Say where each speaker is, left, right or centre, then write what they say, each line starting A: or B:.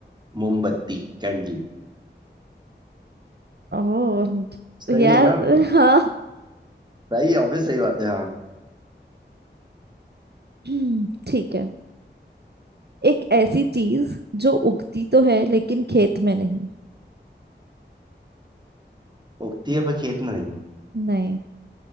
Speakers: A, on the right; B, on the right.
A: मोमबत्ती कैंडल
B: ओह
A: सही
B: यार
A: है ना
B: हाँ
A: सही है ऑब्वियस सही बात है हाँ
B: <clears throat> हम्म, ठीक है एक ऐसी चीज जो उगती तो है लेकिन खेत में नहीं
A: उगती है पर खेत में नहीं
B: नहीं